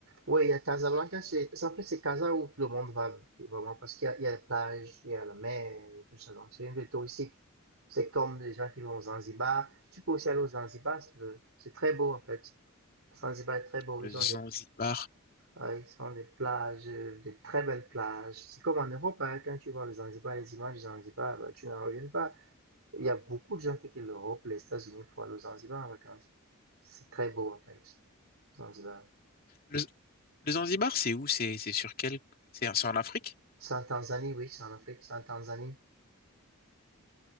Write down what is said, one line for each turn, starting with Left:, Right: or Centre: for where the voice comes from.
Right: Ouais, il y a Casablanca, c'est, c'est- en fait, c'est Casa où tout le monde va, vraiment, parce qu'il y a, il y a les plages il y a la mer et tout ça. Donc, c'est une ville touristique. C'est comme les gens qui vont aux Zanzibar. Tu peux aussi aller aux Zanzibar si tu veux. C'est très beau, en fait. Zanzibar est très beau,
Left: Le
Right: ils
Left: Zanzibar.
Right: ont des, euh, ils ont des plages, des très belles plages. C'est comme en Europe, hein, quand tu vois le Zanzibar, les images du Zanzibar, bah, tu n'en reviens pas. Il y a beaucoup de gens qui quittent l'Europe, les États-Unis pour aller au Zanzibar en vacances. C'est très beau en fait, Zanzibar.
Left: Le, le Zanzibar, c'est où? C'est, c'est sur quel? C'est c'est en Afrique?
Right: C'est en Tanzanie, oui, c'est en Afrique, c'est en Tanzanie.